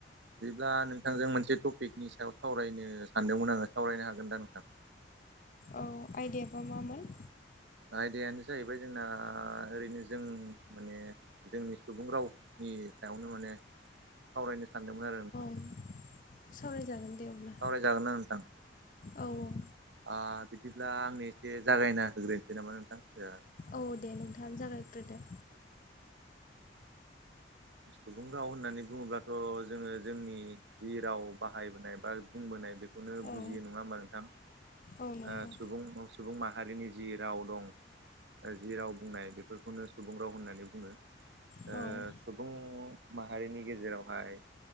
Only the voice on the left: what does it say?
औ आयदायाबा मामोन?
उम सावरायजागोन दे अब्ला।
औ औ।
औ दे नोंथाङानो जागायग्रोदो
औ
औ नंगौ
औ।